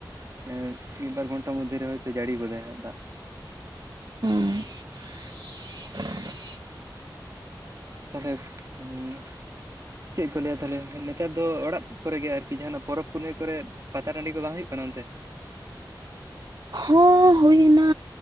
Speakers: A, on the right; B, on the right.
A: ᱮᱸ ᱢᱤᱫ ᱵᱟᱨ ᱜᱷᱚᱱᱴᱟ ᱢᱚᱫᱽᱫᱷᱮ ᱨᱮ ᱦᱚᱭᱛᱚ ᱡᱟᱹᱲᱤ ᱜᱚᱫᱟᱭ ᱦᱟᱸᱜ ᱫᱟᱜ
B: ᱦᱩᱸ
A: ᱛᱟᱦᱚᱞᱮ ᱩᱸ ᱪᱮᱫ ᱠᱚ ᱞᱟᱹᱭᱟ ᱛᱟᱦᱚᱞᱮ ᱱᱮᱛᱟᱨ ᱫᱚ ᱚᱲᱟᱜ ᱠᱚᱨᱮ ᱜᱮ ᱟᱨᱠᱤ ᱡᱟᱦᱟᱱᱟᱜ ᱯᱚᱨᱚᱵᱽ ᱯᱩᱱᱟᱹᱭ ᱠᱚᱨᱮ ᱯᱟᱛᱟ ᱴᱟᱺᱰᱤ ᱠᱚ ᱵᱟᱝ ᱦᱩᱭᱩᱜ ᱠᱟᱱᱟ ᱚᱱᱛᱮ
B: ᱦᱮᱸ ᱦᱩᱭ ᱱᱟ